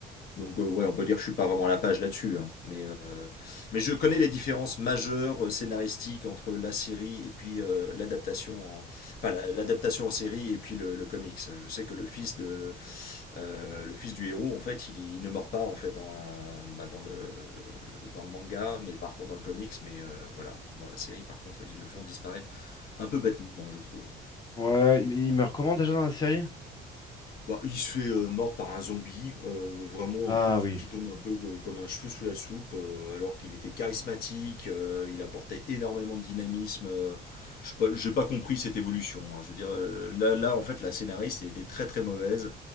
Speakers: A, on the left; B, on the left.
A: donc euh, ouais on peut dire que je suis pas vraiment à la page là-dessus, hein. mais, euh, mais je connais les différences majeures euh, scénaristiques entre la série et puis euh, l'adaptation en... enfin la- l'adaptation en série et puis le, le comics. Je sais que le fils de euh, le fils du héros en fait il, il ne meurt pas en fait dans, bah, dans le dans le manga, mais par contre dans le comics, mais euh, voilà dans la série par contre ils le font disparaître un peu bêtement je trouve.
B: Ouais, il il me recommande déjà dans la série?
A: Bah, il se fait euh, mordre par un zombie, euh, vraiment
B: Ah
A: un truc
B: oui.
A: qui tombe un peu que- comme un cheveu sous la soupe, euh, alors qu'il était charismatique, euh, il apportait énormément de dynamisme. euh, je sais pas- j'ai pas compris cette évolution. hein. Je veux dire, euh, là, là, en fait, la scénariste elle était très très mauvaise.